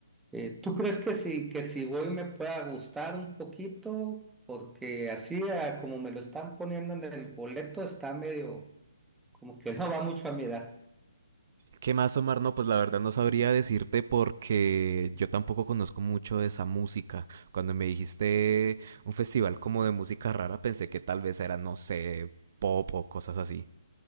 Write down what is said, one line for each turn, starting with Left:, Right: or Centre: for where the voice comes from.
Centre: Eh, ¿tú crees que si, que si voy me pueda gustar un poquito? Porque así, ah, como me lo están poniendo en el boleto, está medio como que no va mucho a mirar.
Right: ¿Qué más, Omar? No, pues la verdad no sabría decirte porque yo tampoco conozco mucho de esa música. Cuando me dijiste un festival como de música rara, pensé que tal vez era, no sé, pop o cosas así.